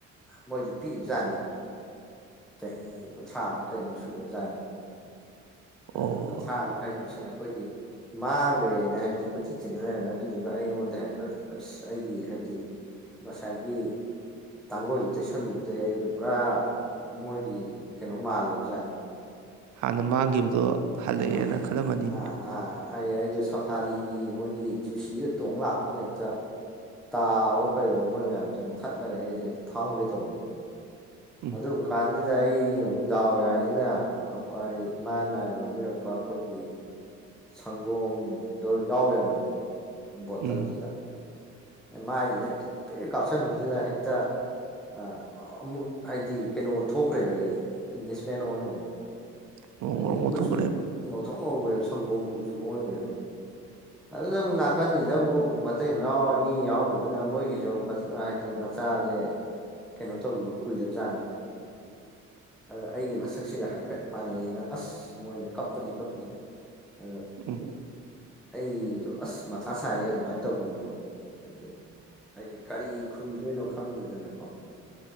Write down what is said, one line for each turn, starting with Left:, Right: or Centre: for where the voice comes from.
Centre: ꯃꯣꯏꯁꯨ ꯄꯤꯏꯞꯖꯥꯠꯅꯤ ꯆꯍꯤ ꯀꯨꯟꯊ꯭ꯔꯥꯃꯨꯛ ꯀꯔꯤꯃꯨꯛ ꯁꯨꯔꯞꯖꯥꯠꯅꯤ
Right: ꯑꯣ
Centre: ꯑꯗꯨ ꯀꯨꯟꯊ꯭ꯔꯥꯃꯨꯛ ꯀꯩꯃꯨꯛꯁꯦ ꯑꯈꯣꯏꯒꯤ ꯃꯥꯡꯒ꯭ꯔꯦꯅ ꯍꯥꯏꯗꯤ ꯀꯣꯏꯊꯤ ꯊꯤꯟꯅ ꯂꯩꯔꯝꯃꯦ ꯑꯗꯨꯗꯨꯒ ꯑꯩꯉꯣꯟꯗ ꯍꯦꯛꯇ ꯑꯁ ꯑꯩꯒꯤ ꯍꯥꯏꯗꯤ ꯉꯁꯥꯏꯒꯤ ꯇꯥꯡꯒꯣꯏꯗꫭ ꯇꯩꯁꯜꯂꯨꯞꯗꯩ ꯑꯩꯗꯨ ꯄꯨꯔꯥ ꯃꯣꯏꯒꯤ ꯀꯩꯅꯣꯝ ꯃꯥꯜꯂꯨꯔꯞꯖꯥꯠꯅꯤ
Right: ꯍꯥꯟꯅ ꯃꯥꯡꯒꯤꯕꯗꯣ ꯍꯜꯂꯛꯑꯦꯅ
Centre: ꯑꯥ
Right: ꯈꯜꯂꯝꯃꯅꯤꯃꯤ
Centre: ꯑꯥ ꯑꯥ ꯑꯩ ꯑꯩꯗꯣ ꯁꯐꯥꯔꯤꯒꯤ ꯃꯣꯏꯒꯤ ꯖꯤꯞꯁꯤꯗ ꯇꯣꯡ <unintelligible> ꯍꯦꯛꯇ ꯇꯥꯋꫭ ꯀꯩꯋꫭ ꯃꯣꯏ ꯃꯌꯥꯝ ꯆꯪ ꯊꯠꯂꯒ ꯑꯩꯖꯦ ꯐꯥꯍꯧꯒꯦ ꯇꯧꯕꯅꯦ
Right: ꯎꯝ
Centre: ꯑꯗꯨꯝꯀꯥꯟ ꯖꯤꯗ ꯑꯩꯒꯤ ꯑꯃꯨꯛ ꯗꯥꯎ ꯌꯥꯔꯤꯖꯤꯅ ꯑꯈꯣꯏ ꯏꯃꯥꯅ ꯌꯣꯝꯕꯤꯔꯛꯄ ꯑꯈꯣꯏꯒꯤ ꯁꯪꯒꯣꯝꯗꯣ ꯌꯥꯎ ꯂꯩꯔꯝꯕꯅꯦ ꯕꯣꯇꯜꯖꯤꯗ
Right: ꯎꯝ
Centre: ꯃꯥꯏꯖꯤꯗ ꯍꯦꯛꯇ <unintelligible> ꯀꯥꯞꯁꯟꯕꯖꯤꯗ ꯍꯦꯛꯇ ꯑ ꯑꯃꯨꯛ ꯍꯥꯏꯗꯤ ꯀꯩꯅꯣ ꯑꯣꯟꯊꯣꯛꯈ꯭ꯔꯦꯕ ꯑꯩꯖꯦ ꯏꯪꯂꯤꯁ ꯃꯦꯟ ꯑꯣꯟꯒ꯭ꯔꯦ
Right: ꯉꯧꯔꯣꯛ
Centre: <unintelligible>
Right: ꯉꯧꯔꯣꯛ ꯉꯧꯊꯣꯛꯈ꯭ꯔꯦꯕ
Centre: ꯀꯨꯆꯨ ꯉꯧꯊꯣꯛ ꯉꯧꯒ꯭ꯔꯦꯕ ꯁꯪꯒꯣꯝ ꯀꯨꯆꯨ ꯑꯣꯟꯒ꯭ꯔꯦꯕ ꯑꯗꯨꯗ ꯑꯃꯨꯛ ꯅꯥꯀꯟꯖꯤꯗ ꯑꯃꯨꯛ <unintelligible> ꯃꯇꯩ ꯃꯅꯥꯎ ꯑꯅꯤ ꯌꯥꯎꯔꯝꯕꯖꯤꯅ ꯃꯣꯏꯒꯤꯖꯨ <unintelligible> ꯃꯆꯥꯖꯦ ꯀꯩꯅꯣ ꯇꯧꯒꯤꯕ ꯀꯨꯏꯔꯞꯖꯥꯠꯅꯤ ꯑ ꯑꯩꯒꯤ ꯃꯁꯛꯁꯤꯒ ꯍꯥꯏꯐꯦꯠ ꯃꯥꯟꯅꯩꯩꯅ ꯑꯁ ꯃꯣꯏꯅ ꯀꯞꯄꯖꯤ ꯀꯞꯄꯖꯤ <unintelligible>
Right: <unintelligible>
Centre: ꯑꯩꯗꯣ ꯑꯁ ꯃꯊꯥ ꯁꯥꯏꯌꯦ ꯑꯗꯨꯃꯥꯏ ꯇꯧꯒꯤꯕꯗꯣ ꯍꯥꯏꯗꯤ ꯑꯩ ꯀꯔꯤ ꯈꯨꯝꯗꯣꯏꯅꯣ ꯈꯪꯗꯗꯅꯀꯣ